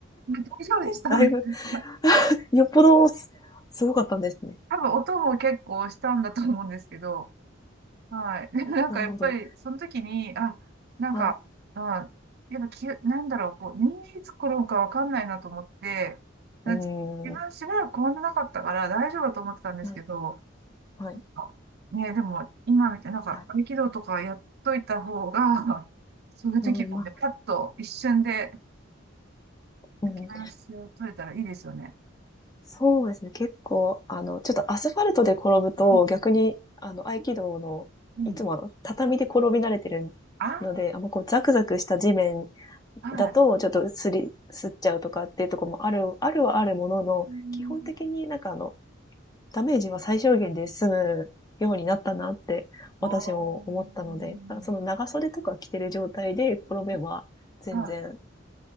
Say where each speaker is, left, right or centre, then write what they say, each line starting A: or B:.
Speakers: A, on the right; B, on the left.
A: 大丈夫でしたみたいな。
B: だいぶ、
A: <laughs>
B: よっぽどす、すごかったんですね。
A: 多分音も結構したんだと思うんですけど、はい。<laughs> でもなんかやっぱりその時に、
B: なるほど。
A: あ、なんか、
B: はい。
A: うん、やっぱきゅ、なんだろう、こう、人間いつ転ぶかわかんないなと思って、なんか自分しばらく転んでなかったから大丈夫だと思ってたんですけど、
B: うーん。はい。はい。い
A: あね、でも今みたいな、なんか合気道とかやっといた方が、
B: や、
A: そういう時もね、
B: うん、まあ、
A: パッと一瞬で
B: うん、
A: 焼きハラス取れたらいいですよね。
B: そうですね、結構、あの、ちょっとアスファルトで転ぶと、
A: うん
B: 逆に、あの、合気道の、
A: うん
B: いつもあの、畳で転び慣れてる
A: あ
B: ので、あんまこう、ザクザクした地面
A: あ、はい。
B: だと、ちょっとすり、すっちゃうとかっていうところもある、あるはあるものの、
A: うん
B: 基本的になんかあの、ダメージは最小限で済むようになったなって、私も思ったので、
A: ああ、は
B: その長袖とか着てる状態で転べば、
A: い、
B: 全然、
A: は